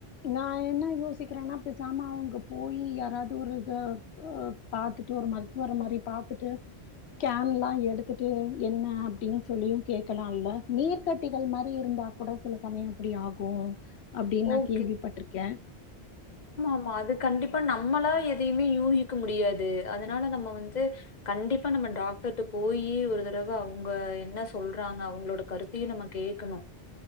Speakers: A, on the left (about 80°); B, on the left (about 45°).
A: நா யோசிக்கிறேனா பேசாம அவுங்க போயி யாராது ஒரு த அ பாத்துட்டு ஒரு மருத்துவர மாரி பாத்துட்டு கேன்லா எடுத்துட்டு என்ன அப்டின் சொல்லியு கேட்கலால்ல நீர் கட்டிகள் மாரி இருந்தா கூட சில சமய அப்டி ஆகு அப்டி நா
B: ஓகே
A: கேள்விப்பட்ருக்கே
B: ஆம அது கண்டிப்பா நம்மளா எதையுமே யூகிக்க முடியாது அதனால நம்ம வந்து கண்டிப்பா நம்ம டாக்டர்ட்ட போயி ஒரு தடவ அவுங்க என்ன சொல்றாங்க அவுங்களோட கருத் தயு நம்ம கேக்கணு